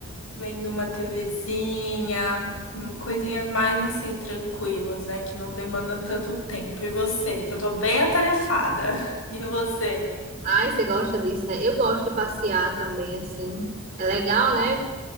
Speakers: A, on the left; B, on the right.
A: vendo uma TVzinha, hum, coisinhas mais assim tranquilas, né? Que não demandam tanto tempo. E você? Que eu tô bem atarefada. <laughs> E você?
B: Ai, você gosta disso, né? Eu gosto de passear também, assim. É legal, né?